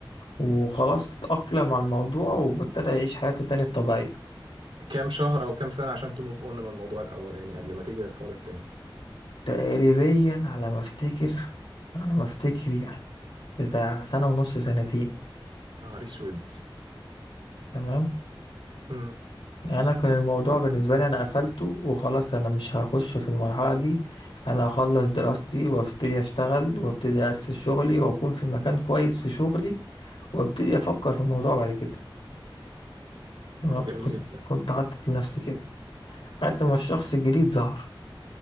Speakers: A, on the left; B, on the right.
A: وخلاص اتأقلم على الموضوع وابتدى يعيش حياته تاني الطبيعية
B: كام شهر او كام سنه عشان تموف اون من الموضوع الاولاني قبل ما تيجي للحوار التاني
A: تقريبا على ما افتكر على ما افتكر يعني بتاع سنة ونص سنتين
B: نهار اسود
A: تمام
B: مم.
A: يعني انا كان الموضوع بالنسبه لي انا قفلته وخلاص انا مش هخش في المرحله دي انا هخلص دراستي وابتدي اشتغل وابتدي اسس شغلي واكون في مكان كويس في شغلي وابتدي افكر في الموضوع بعد كده تمام
B: مم، جميل
A: كنت
B: جدا
A: كنت حاطط لنفسي كده لغايه ما الشخص الجديد ظهر